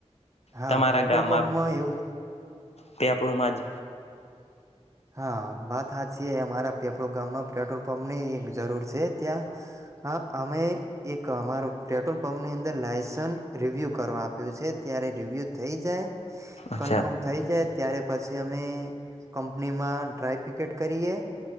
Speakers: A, on the right; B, on the left.
A: હા
B: તમારા
A: પેટ્રોલ
B: ગામમાં
A: પંપમાં એવું
B: પેપળુંમાં જ
A: હા વાત હા છો અમારા પેપળો ગામમાં પેટ્રોલ પંપની એક જરૂર છે ત્યાં અમે એક અમારો પેટ્રોલ પંપની અંદર લાસન્ રિવ્યૂ કરવા આપ્યું છે ત્યારે રિવ્યૂ થઈ જાય
B: અચ્છા
A: કન્ફર્મ થઈ જાય ત્યારે પછી અમે નેમા ડ્રાય ફ્રીકેટ કરીએ